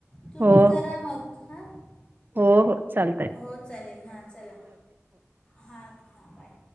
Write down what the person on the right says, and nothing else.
हो
हो हो चालतंय.